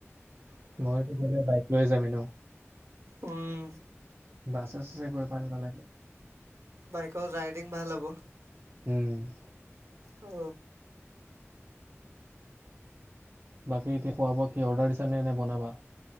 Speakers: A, on the right; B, on the right.
A: মইতো গ'লে বাইক লৈ যাম এনেও।
B: উম
A: বাছে চাছে গৈ ভাল নালাগে
B: বাইকৰ ৰাইডিং ভাল হ'ব
A: উম
B: অ
A: বাকী এতিয়া খোৱা বোৱা কি অৰ্ডাৰ দিছা নে নে বনাবা